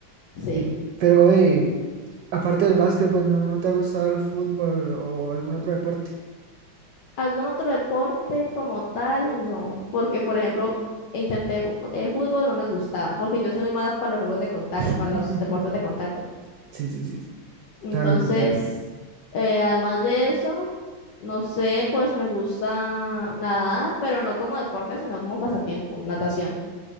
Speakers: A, on the left; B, on the right.
A: sí.
B: Y, pero, eh, aparte del básquetbol, ¿no, no te ha gustado el fútbol o algún otro deporte?
A: ¿Algún otro deporte como tal? No, porque por ejemplo, intenté bu- eh, fútbol, no me gustaba, porque yo soy muy mala para los juegos de contacto, para
B: <laughs>
A: los deportes de contacto.
B: Sí, sí, sí,
A: Entonces,
B: claro, te entiendo.
A: eh, además de eso, no sé, pues me gusta nadar, pero no como deporte, sino como pasatiempo, natación,